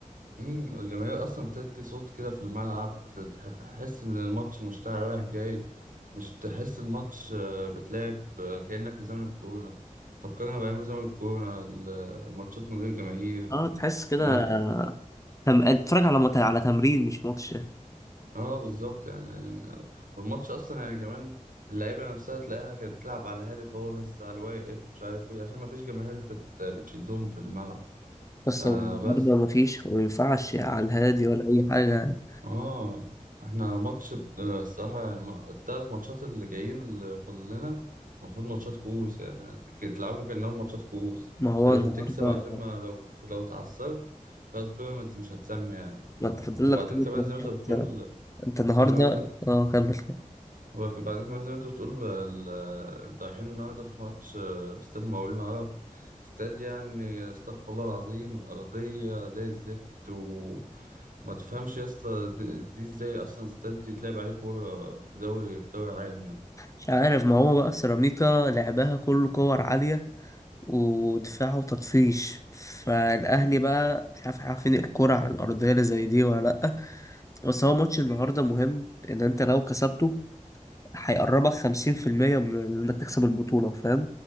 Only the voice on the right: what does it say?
امم الجماهير أصلا بتدي صوت كده في الملعب ت- تحس إن الماتش مشتعل رايح جاي مش تحس الماتش آه، بتلعب آه، كأنك في زمن الكورونا فكرنا بأيام زمن الكورونا الماتشات من غير جماهير
آه،
اه بالظبط يعني والماتش اصلا يعني كمان اللعيبه نفسها تلاقيها كانت بتلعب على هادي خالص على الواقف مش عارف ايه عشان ما فيش جماهير بت... بتشدهم في الملعب
آه
بس
اه احنا ماتش بت- الصراحه يعني الثلاث ماتشات اللي جايين اللي فاضل لنا المفروض ماتشات كؤوس يعني ك- تلعبهم كانهم ماتشات كؤوس
انت لازم
تكسب عشان ما لو لو اتعثرت خلاص بيراميدز مش هتسمي يعني
وبعدين
كمان
زي ما انت بتقول
بعدين كمان
وبعدين كمان زي ما انت بتقول ال- انت رايحين النهارده في ماتش آه، في استاد مقاولين العرب استاد يعني استغفر الله العظيم أرضية زي الزفت وما تفهمش يا اسطى دي دي ازاي أصلا استاد يتلعب عليه كورة في دوري في دوري عام يعني